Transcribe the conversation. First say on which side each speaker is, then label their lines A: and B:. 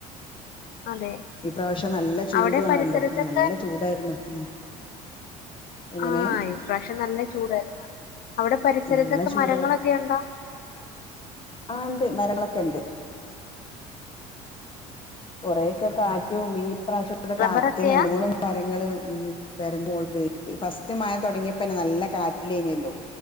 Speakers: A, on the left; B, on the left.
A: അതെ
B: ഈ പ്രാവശ്യം നല്ല ചൂടവാണല്ലോ
A: അവിടെ പരിസരത്തൊക്കെ
B: നല്ല ചൂടായിരുന്നു ഉം എങ്ങനെ
A: ആഹ് ഇപ്രാവശ്യം നല്ല ചൂടായിരുന്നു അവിടെ പരിസരത്തൊക്കെ
B: നല്ല ചൂടായിരുന്നു
A: മരങ്ങളൊക്കെ ഉണ്ടോ
B: ആ ഉണ്ട് മരങ്ങളെ ക്കെണ്ട് കൊറേക്കെ കാറ്റും ഈ പ്രാവശ്യത്തെ കാറ്റിന്
A: റബ്ബറൊക്കെയാ
B: രണ്ട് മൂന്ന് മരങ്ങള് ഉം പെരാമോൾ ഫസ്റ്റ് മഴ തുടങ്ങിയപ്പന്നെ നല്ല കാറ്റിലേനല്ലോ